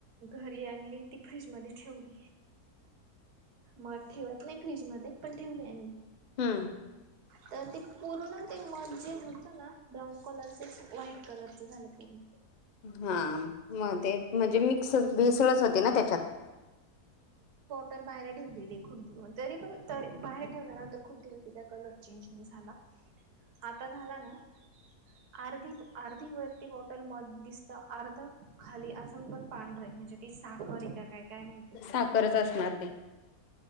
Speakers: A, on the right (about 70°); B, on the left (about 65°).
A: घरी आणली ती फ्रीजमध्ये ठेवली, मग ठेवत नाही फ्रीज मध्ये पण ठेवली आम्ही
B: हम्म,
A: तर ते पूर्ण ते मजजे होती, ब्राऊन कलरचेच व्हाईट कलरच झालं पूर्ण,
B: हा मग ते म्हणजे मिक्स भेसळच होती ना त्याच्यात,
A: तर बाहेर ठेवलेली खूप तरी पण बाहेर ठेवल्यानंतर खूप दिवस तिचा कलर चेंज नाही झाला, आता झाला ना, अर्धी अर्धी वरती बॉटल मद दिसत अर्ध खाली अजून पण, पांढर आहे म्हणजे ती साखर आहे का काय काय माहिती,
B: साखरच असणार ते